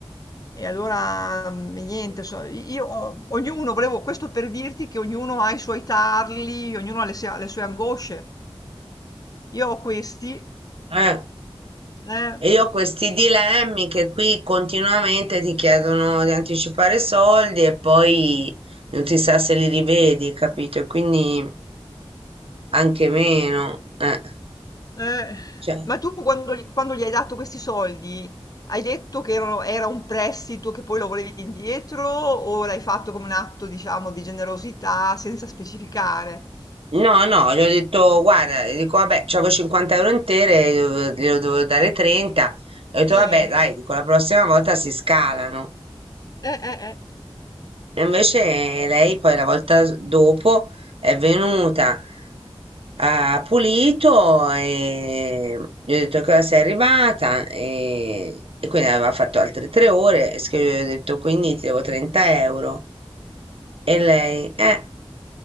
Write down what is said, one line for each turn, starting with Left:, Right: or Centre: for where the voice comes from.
Left: E allora, mhmm, niente, so io ho ognuno volevo questo per dirti che ognuno ha i suoi tarli, ognuno ha le sia le sue angosce. Io ho questi
Right: Eh,
Left: eh,
Right: e io ho questi dilemmi che qui continuamente ti chiedono di anticipare soldi e poi non si sa se li rivedi, capito? E quindi anche meno. eh.
Left: eh.
Right: Cioè,
Left: Ma tu quando gl quando gli hai dato questi soldi, hai detto che erano era un prestito che poi lo volevi indietro o l'hai fatto come un atto, diciamo, di generosità senza specificare?
Right: no, no, gli ho detto, guarda, gli dico, vabbè, c'avevo 50 euro intere, glielo glielo dovevo dare 30. Ho detto,
Left: Eh,
Right: vabbè, dai, dico, la prossima volta si scalano.
Left: eh, eh, eh,
Right: E invece lei poi la volta s- dopo è venuta, ha pulito e gli ho detto che ora sei arrivata e, e quindi aveva fatto altre tre ore, e s- che gli ho detto quindi ti devo 30 euro. E lei, eh.